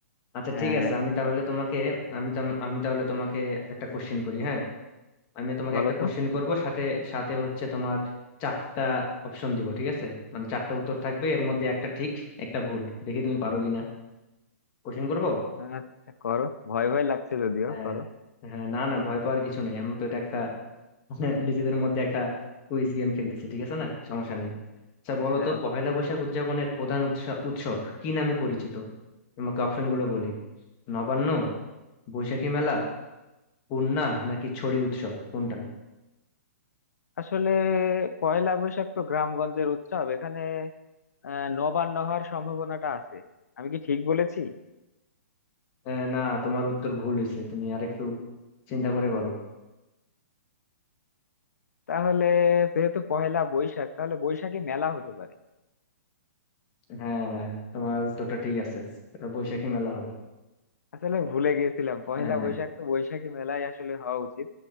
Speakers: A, on the left; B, on the left.
A: আচ্ছা
B: হ্যাঁ
A: ঠিক আছে আমি তাহলে তোমাকে আমি তো আমি তাহলে তোমাকে একটা কোশ্চেন করি হ্যাঁ আমি তোমাকে
B: বলো
A: একটা
B: তো
A: কোশ্চেন করব সাথে সাথে হচ্ছে তোমার চারটা অপশন দিব ঠিক আছে মানে চারটা উত্তর থাকবে এর মধ্যে একটা ঠিক একটা ভুল দেখি তুমি পারো কিনা কোশ্চেন করবো
B: আচ্ছা করো ভয় ভয় লাগছে যদিও
A: হ্যাঁ
B: করো
A: হ্যাঁ না না ভয় পাওয়ার কিছু নাই আমি তো এটা একটা <laughs> নিজেদের মধ্যে একটা কুইজ গেম খেলতেছি ঠিক আছে না সমস্যা নেই আচ্ছা বলো তো
B: আচ্ছা
A: পহেলা
B: ঠিক
A: বৈশাখ উদযাপনের প্রধান উৎস- উৎসব কি নামে পরিচিত তোমাকে অপশন গুলো বলি নবান্ন বৈশাখী মেলা পূর্ণা নাকি ছড়ি উৎসব কোনটা
B: আসলে পয়লা বৈশাখ তো গ্রামগঞ্জের উৎসব এখানে আহ নবান্ন হওয়ার সম্ভাবনাটা আছে আমি কি ঠিক বলেছি
A: আহ, না তোমার উত্তর ভুল হয়েছে তুমি আরেকটু চিন্তা করে বলো
B: তাহলে যেহেতু পহেলা বৈশাখ তাহলে বৈশাখী মেলা হতে পারে
A: হ্যাঁ হ্যাঁ তোমার উত্তরটা ঠিক আছে এটা বৈশাখী মেলা হবে
B: আসলে ভুলে গেছিলাম পহেলা
A: হ্যাঁ
B: বৈশাখ তো বৈশাখী মেলাই আসলে হওয়া উচিত